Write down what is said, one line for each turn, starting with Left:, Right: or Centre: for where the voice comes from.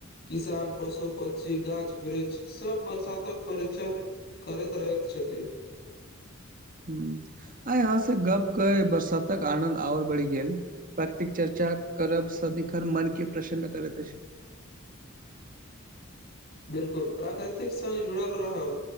Left: किसान पशु पक्षी गाछ वृक्ष सब बरसातक परिचय। करैत रहैत छथि।
Right: हुँ आय अहाँ से गप कय बरसातक आनन्द आओर बढ़ि गेल। प्रकृतिक चर्चा करब सदिखर मन के प्रसन्न करैत अछि।
Left: बिल्कुल प्राकृतिक संग जुड़ल रहब।